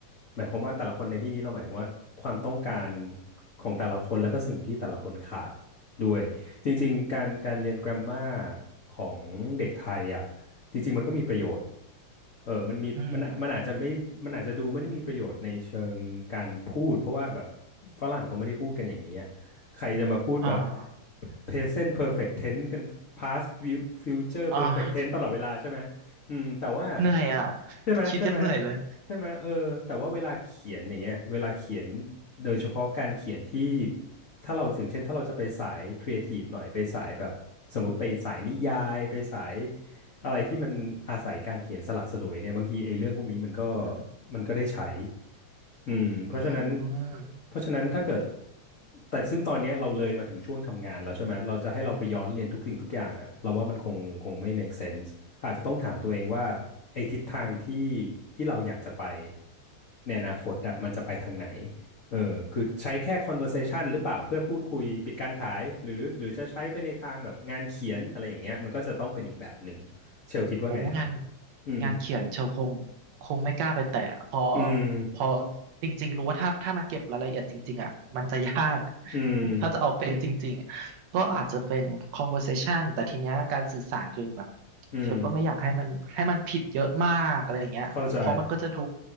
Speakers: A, on the left (about 85°); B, on the right (about 70°).
A: หมายความว่าแต่ละคนในที่นี้เราหมายถึงว่าความต้องการของแต่ละคนแล้วก็สิ่งที่แต่ละคนขาดด้วยจริงๆการการเรียนกร m มมาของเด็กไทยอ่ะจริงๆมันก็มีประโยชน์เออมันมีมันอะมันอาจจะไม่มันอาจจะดูไม่ได้มีประโยชน์ในเชิงการพูดเพราะว่าแบบ
B: อืม
A: ฝรั่งเขาไม่ได้พูดกันอย่างนี้อะ ใครจะมาพูดแบบ
B: อ่า
A: present perfect tense กัน past view- future
B: อ่า
A: perfect tense ตลอดเวลาใช่ไหมอืมแต่ว่า
B: เหนื่อยอ่ะ
A: ใช่ไหมใช่ไหม
B: คิดยังเหนื่อยเลย
A: ใช่ไหมเออแต่ว่าเวลาเขียนอย่างเงี้ยเวลาเขียนโดยเฉพาะการเขียนที่ถ้าเราอย่างเช่นถ้าเราจะไปสายครีเอทีฟหน่อยไปสายแบบสมมติไปสายนิยายไปสาย อะไรที่มันอาศัยการเขียนสละสลวยเนี่ยบางทีไอ้เรื่องพวกนี้มันก็
B: อืม
A: มันก็ได้ใช้อืมเพราะฉะนั้น
B: อืม
A: เพราะฉะนั้นถ้าเกิดแต่ซึ่งตอนเนี้ยเราเลยมาถึงช่วงทำงานแล้วใช่ไหม เราจะให้เราไปย้อนเรียนทุกสิ่งทุกอย่างอ่ะเราว่ามันคงคงไม่ make sense อาจจะต้องถามตัวเองว่าไอ้ทิศทางที่ที่เราอยากจะไปในอนาคตอ่ะมันจะไปทางไหนเออคือใช้แค่ conversation หรือเปล่าเพื่อพูดคุยปิดการขายหรือหรือจะใช้ไปในทางแบบงานเขียนอะไรอย่างเงี้ยมันก็จะต้องเป็นอีกแบบหนึ่ง เชลคิดว่าไงครับ
B: โอ้งาน
A: อืม
B: งานเขียนเชลคงคงไม่กล้าไปแตะเพอ
A: อืม
B: เพอจริงๆรู้ว่าถ้าถ้ามันเก็บรายละเอียดจริงๆอ่ะมันจะยาก
A: อืม
B: <laughs> ถ้าจะเอาเป๊ะจริงๆอะก็อาจจะเป็น conversation แต่ทีเนี้ยการสื่อสารคือแบบ
A: อืม
B: เชลก็ไม่อยากให้มันให้มันผิดเยอะมากอะไรอย่างเงี้ยเพราะมันก็จะดู
A: เข้าใจ